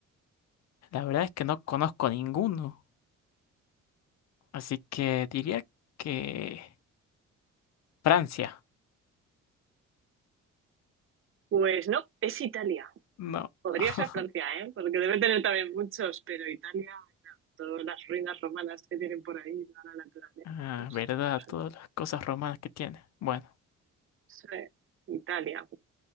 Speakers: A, on the left (about 60°); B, on the right (about 45°).
A: La verdad es que no conozco ninguno. Así que diría que Francia.
B: Pues no, es Italia.
A: No.
B: Podría
A: <laughs>
B: ser Francia, ¿eh? Porque debe tener también muchos, pero Italia, no, todas las ruinas romanas que tienen por ahí, toda la naturaleza.
A: Ah,
B: No sé,
A: verdad, todas
B: no
A: las cosas romanas que tiene. Bueno,
B: sé. Italia,